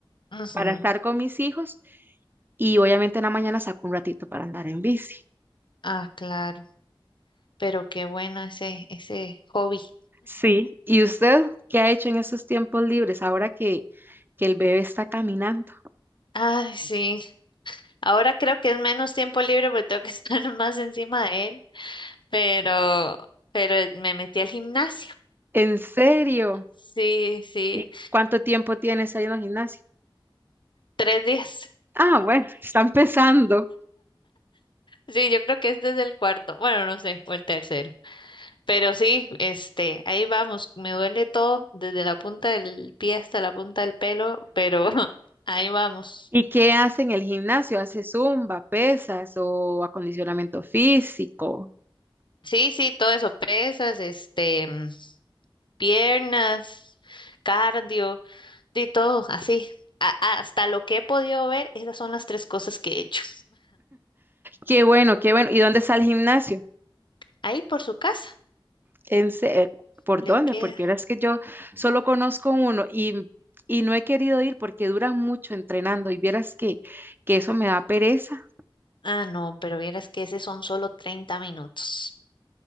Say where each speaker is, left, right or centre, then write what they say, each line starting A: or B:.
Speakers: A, on the left (about 60°); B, on the right (about 25°).
A: ujú,
B: para estar con mis hijos y obviamente en la mañana saco un ratito para andar en bici.
A: Ah, claro. Pero qué bueno ese, ese hobby.
B: Sí, ¿y usted qué ha hecho en esos tiempos libres ahora que, que el bebé está caminando?
A: Ay, sí. Ahora creo que es menos tiempo libre porque tengo que <laughs> estar más encima de él. Pero, pero me metí al gimnasio.
B: ¿En serio?
A: Sí, sí.
B: ¿Y cuánto tiempo tienes ahí en el gimnasio?
A: Tres días.
B: Ah, bueno, <laughs> está empezando.
A: Sí, yo creo que este es el cuarto. Bueno, no sé, o el tercero. Pero sí, este, ahí vamos. Me duele todo, desde la punta del pie hasta la punta del pelo, pero <laughs> ahí vamos.
B: ¿Y qué hace en el gimnasio? ¿Hace zumba, pesas o acondicionamiento físico?
A: Sí, sí, todo eso, pesas, este, mm, piernas, cardio. De todo, así. A- a- hasta lo que he podido ver, esas son las tres cosas que he hecho.
B: Qué bueno, qué bueno. ¿Y dónde está el gimnasio?
A: Ahí por su casa,
B: ¿En se- eh, ¿Por
A: le
B: dónde?
A: queda.
B: Porque ahora es que yo solo conozco uno y, y no he querido ir porque duran mucho entrenando y vieras que, que eso me da pereza.
A: Ah, no, pero vieras que ese son solo treinta minutos.